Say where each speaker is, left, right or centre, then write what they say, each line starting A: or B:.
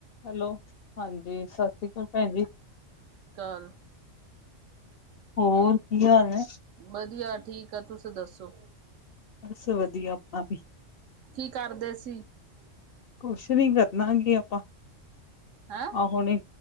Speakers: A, on the left; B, on the right.
A: Hello, ਹਾਂਜੀ ਸਾਸ ਸ੍ਰੀ ਕਾਲ ਪੇਨ ਜੀ।
B: ਹੈਲੈ
A: ਹੋਰ ਕੀ ਹਾਲ ਨੇ?
B: ਬਧੀਆਂ ਠੀਕ ਆ ਤੁਸੀਂ ਦੱਸੋ
A: ਬਸ ਵਧੀਆ ਆਪਣਾ ਵੀ
B: ਕੀ ਕਾਰਦੇ ਸੀ? <inaudible>
A: ਕੋਛ ਨੀ ਕਰਨਾ ਕੀ ਆਪਾਂ
B: ਹੈ!
A: ਆ ਹੁਣੇ,